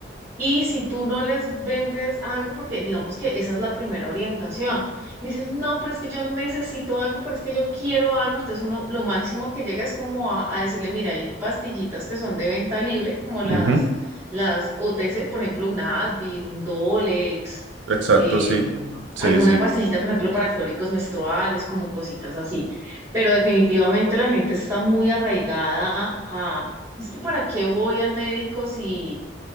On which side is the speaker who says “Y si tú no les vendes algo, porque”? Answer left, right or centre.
Right